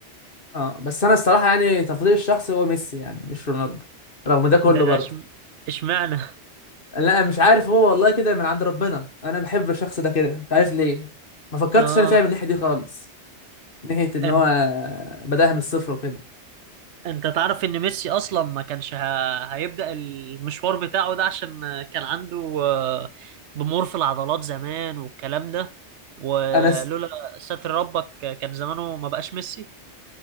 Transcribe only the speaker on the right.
ده
إش- اشمعنى
<laughs>
اه
انت
انت تعرف ان ميسي اصلا ما كانش ه... هيبدأ المشوار بتاعه ده عشان كان عنده آه، ضمور في العضلات زمان والكلام ده ولولا
ستر ربك كان زمانه ما بقاش ميسي